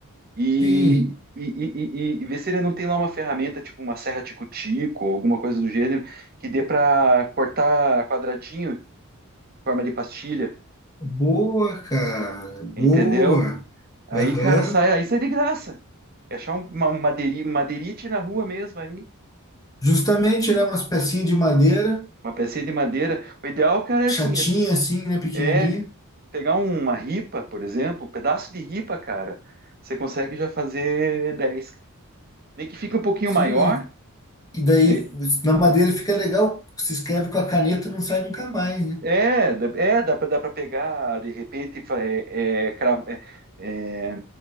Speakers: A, on the right; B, on the left.
A: e,
B: Sim,
A: e, e, e- e vê se ele não tem lá uma ferramenta, tipo uma serra tico-tico, ou alguma coisa do gênero, que dê para cortar quadradinho, forma de pastilha,
B: boa, cara, boa.
A: entendeu? Aí,
B: Aham.
A: cara, sai, aí sai de graça. É achar uma, madeiri- madeirite na rua mesmo aí,
B: Justamente, né, umas pecinhas de madeira,
A: uma pecinha de madeira. O ideal, cara, é
B: chatinha
A: assim,
B: assim, né, pequenininha.
A: é pegar uma ripa, por exemplo, um pedaço de ripa, cara, você consegue já fazer dez Nem que fique um pouquinho
B: Sim,
A: maior,
B: e, e daí
A: aí-
B: na madeira fica legal, se escreve com a caneta, não sai nunca mais, né?
A: é, dá- é, dá pra, dá pra pegar, de repente, fa- é, é, cra- é, é,